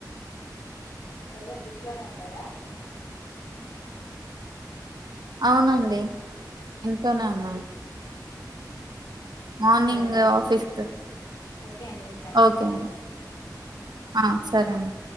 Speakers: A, on the left; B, on the right.
A: ప్రజెంట్ ఇంట్లోనే ఉండారా
B: అవునండి ఇంట్లోనే ఉన్నాను మార్నింగ్
A: సరే
B: ఆఫీస్
A: ఓకే అండి ఉంటా
B: ఓకే
A: మళ్ళీ
B: అండి
A: చేస్తా
B: ఆహ్ సరే అండి